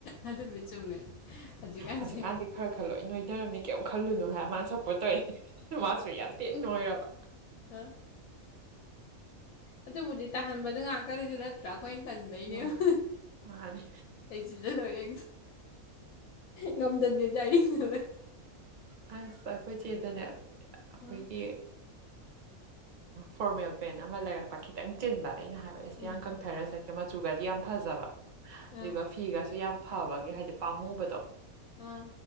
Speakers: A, on the left; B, on the right.
A: ꯑꯗꯨꯕꯨꯗꯤ ꯆꯨꯝꯃꯦ ꯍꯧꯖꯤꯛꯀꯥꯟꯁꯦ
B: ꯍꯧꯖꯤꯛꯀꯥꯟꯗꯤ ꯈꯔ ꯈꯔ ꯂꯣꯏ ꯅꯣꯏꯅꯔꯕꯅꯤ ꯀꯔꯤꯝ ꯈꯜꯂꯨꯅꯨ ꯍꯥꯏ ꯃꯥꯅ ꯁꯞꯄꯣꯔꯠ ꯇꯧꯔꯤꯅꯦ ꯃꯥꯁꯨ ꯌꯥꯝ ꯇꯤ ꯅꯣꯏꯔꯕ
A: ꯑ ꯑꯗꯨꯕꯨꯗꯤ ꯇꯥꯍꯟꯕꯗ ꯉꯥꯛꯇꯅꯤꯗꯨꯗ ꯑꯩꯈꯣꯏꯅ ꯇꯟꯕꯩꯅꯦꯕ
B: ꯍꯣꯏ ꯃꯥꯅꯤ
A: ꯑꯩꯁꯤꯗ ꯂꯣꯏꯔꯦ ꯉꯝꯖꯗꯦꯗꯤꯏꯔꯤꯕ <unintelligible>
B: ꯑꯁ ꯑꯩꯈꯣꯏ ꯆꯦꯗꯅꯦ ꯑꯩꯈꯣꯏꯒꯤ
A: ꯎꯝ
B: ꯐꯣꯔꯃꯦꯜ ꯄꯦꯟ ꯑꯃ ꯂꯩꯔꯛꯄ ꯈꯤꯇꯪ ꯆꯤꯟꯕ ꯑꯩꯅ ꯍꯥꯏꯕ
A: ꯎꯝ
B: ꯌꯥꯡꯀꯪꯊꯔ ꯁꯦꯠꯀꯦ ꯃꯆꯨꯒꯗꯤ ꯌꯥꯝ ꯐꯖꯕ ꯑꯗꯨꯒ
A: ꯑꯥ
B: ꯐꯤꯒꯁꯨ ꯌꯥꯝ ꯐꯕꯒꯤ ꯍꯥꯏꯕꯗꯤ ꯄꯥꯝꯃꯨꯕꯗꯣ
A: ꯑꯥ